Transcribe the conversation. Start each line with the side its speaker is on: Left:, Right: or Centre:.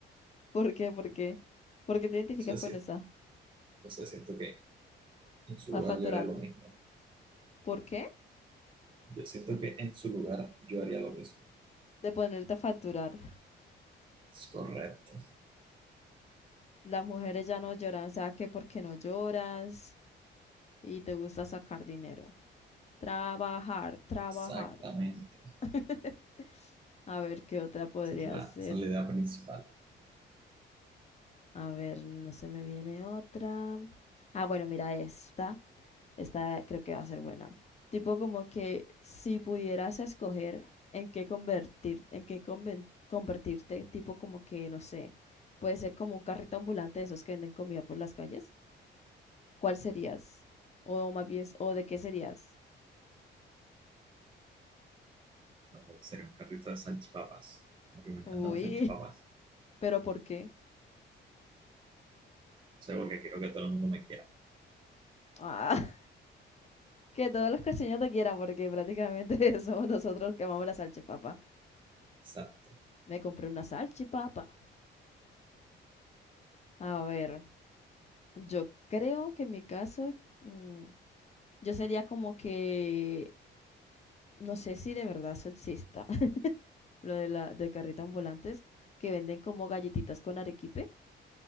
Left: ¿Por qué? ¿Por qué? ¿Por qué te identificas
Right: No sé
Left: con
Right: si,
Left: esa?
Right: no sé, siento que en su
Left: Vas
Right: lugar
Left: facturando.
Right: yo haría lo mismo.
Left: ¿Por qué?
Right: Yo siento que en su lugar yo haría lo mismo.
Left: De ponerte a facturar.
Right: Es correcto.
Left: Las mujeres ya no lloran, o sea que porque no lloras y te gusta sacar dinero. Trabajar, trabajar.
Right: Exactamente.
Left: <laughs> A ver qué otra podría
Right: Esa es la,
Left: ser.
Right: esa es la idea principal.
Left: A ver, no se me viene otra. Ah, bueno, mira esta. Esta creo que va a ser buena. Tipo como que si pudieras escoger en qué convertir, en qué conven- convertirte, tipo como que, no sé, puede ser como un carrito ambulante de esos que venden comida por las calles. ¿Cuál serías? O más bien, ¿o de qué serías?
Right: Vale, Sería un carrito de salchipapas. Porque me encantan
Left: Uy,
Right: las salchipapas.
Left: <laughs> pero ¿por qué?
Right: O sea, porque quiero que todo el mundo me quiera.
Left: Ah, <laughs> que todos los costeños te quieran, porque prácticamente <laughs> somos nosotros los que amamos la salchipapa.
Right: Exacto.
Left: Me compré una salchipapa. A ver, yo creo que en mi caso, mm, Yo sería como que, no sé si de verdad eso exista, <laughs> lo de la de carrito ambulantes, que venden como galletitas con arequipe,